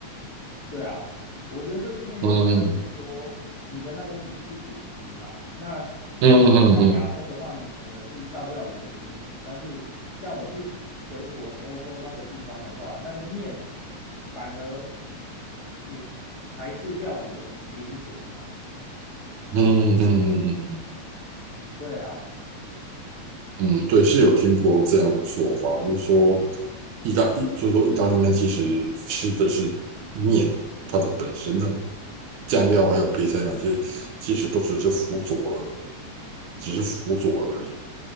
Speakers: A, on the left; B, on the right.
A: 对啊，我觉得这经验就很像是说，
B: 嗯
A: 你的那个米是主食嘛。那
B: 嗯嗯嗯嗯
A: 在亚洲的话，米可能是一道料理的灵魂，但是像我去德国、欧洲那个地方的话，那个面反而也才是料理的灵魂呐、
B: 嗯嗯嗯嗯嗯嗯。
A: 对啊，
B: 嗯，对，是有听过这样的说法，就是说意大意，就是说意大利面其实吃的是面它的本身，那酱料还有配菜那些，其实都只是辅佐而只是辅佐而已。